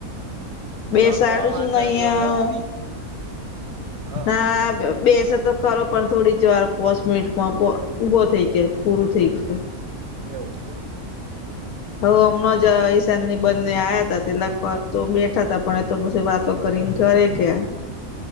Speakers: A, on the left; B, on the right.
A: બેસાડું
B: લખવા વાંચવા
A: છું ને અહિયાં
B: બેહક ની હ
A: ના બેસે તો ખરો પણ થોડી જ વાર પોચ મિનિટમાં પો ઊભો થઈ ગયો પૂરું થઈ ગયું
B: એવું એમ
A: હ હમણાં જ ઈશાન ની બંને આયા હતા તે લખવા તો બેઠા હતા પણ એ તો પછી વાતો કરીને ઘરે ગયા